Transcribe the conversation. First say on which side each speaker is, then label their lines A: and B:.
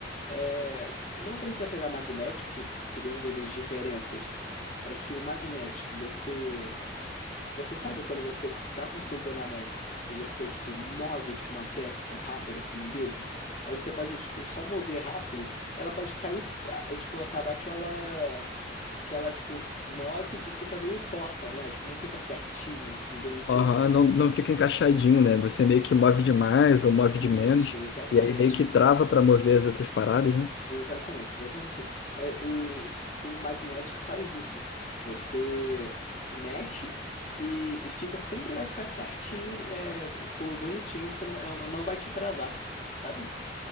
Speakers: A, on the left; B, on the left.
A: É, não precisa pegar magnético, se perguntou das diferenças. É que o magnético, você... Você sabe quando você tá com o cubo na mão e você, tipo, move, tipo, uma peça rápida com o dedo, aí você pode, tipo, só mover rápido, ela pode cair, é, tipo, acabar que ela que ela, tipo, move e fica meio torta, não é? Tipo, não fica certinho, tipo, bonitinho.
B: Aham, não, não fica encaixadinho, né? Você meio que move demais ou move
A: Isso,
B: de menos,
A: exatamente.
B: e aí meio que trava para mover as outras paradas, né?
A: Exatamente, exatamente isso. Aí, o cubo magnético faz isso. Você mexe e, e fica, sempre vai ficar certinho, é, cubo bonitinho, você não, vai- não não vai te travar, sabe?